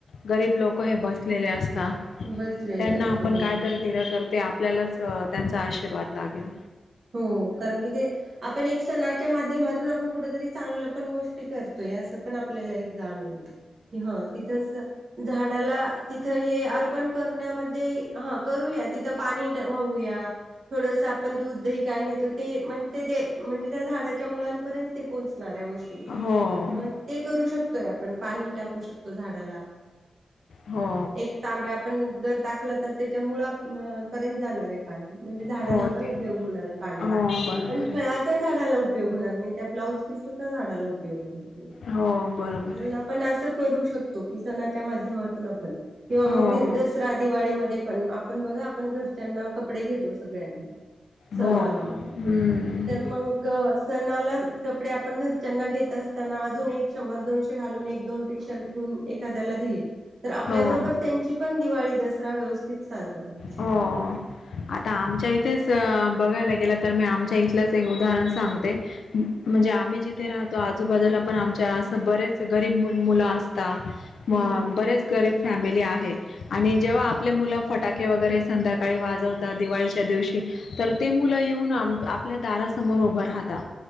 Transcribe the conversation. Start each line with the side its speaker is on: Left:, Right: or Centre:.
Left: गरीब लोक हे बसलेले असतात
Right: बसलेले
Left: त्यांना
Right: असत
Left: आपण
Right: हो
Left: कायतरी दिल तर ते आपल्यालाच तर त्यांचा आशीर्वाद लागेल
Right: हो कारण की ते आपण एक सणाच्या माध्यमात तुन आपण कुठतरी चांगल पण गोष्टी करतोय अस पण आपल्याला एक जाणवल कि हो तिथ--च झाडाला तिथ हे अर्पण करण्यामध्ये ह करूया तिथ पाणी वाहुया थोडस आपण दूध दही काय नाही ते म्हणजे त्या झाडाच्या मुळानपर्यंत ते पोहोचणार गोष्टी
Left: हो
Right: मग ते करू शकतोय आपण पाणी टाकु शकतो झाडाला
Left: हो
Right: एक तांब्या आपण जर टाकला तर त्याच्या मुळात पर्यंत जाणारे पाणी म्हणजे झाडाला
Left: हो
Right: पण
Left: ते
Right: उपयोग होणार हे पाण्याचा
Left: हो बरोबर
Right: पण फळ
Left: आहे
Right: त्या झाडाला उपयोग होणार नाही त्या ब्लाउज पीस चा झाडाला उपयोग होणार हे
Left: हो बरोबर
Right: म्हणुन
Left: आहे.
Right: पण अस करू शकतो की सणाच्या माध्यमातुन आपण किंवा मग
Left: हो
Right: द दस दसरा दिवाळीमध्ये पण आपण बघा आपण घरच्यांना कपडे घेतो सगळ्यांना सण
Left: हो
Right: आला
Left: हम्म
Right: म्हणुन तर मग सणाला कपडे आपण घरच्यांना घेत असताना अजुन एक शंभर दोनशे ते घालुन एक दोन टी शर्ट घेऊन एखाद्याला दिले तर आपल्याबरोबर
Left: हो
Right: त्यांची पण दिवाळी दसरा व्यवस्थित साजरा होईल
Left: हं आता आमच्या इथेच बघायला गेल तर मी आमच्या इथलच एक उदाहरण सांगते म्हणजे आम्ही जिथे राहतो आजुबाजुला पण आमच्या अस बरेच गरीब मुल असता अ
Right: हम्म
Left: बरेच गरीब फॅमिली आहे आणि जेव्हा आपले मुल फटाके के वगैरे संध्याकाळी वाजवतात दिवाळीच्या दिवशी तर ते मुल येऊन आपल्या दारासमोर उभ राहता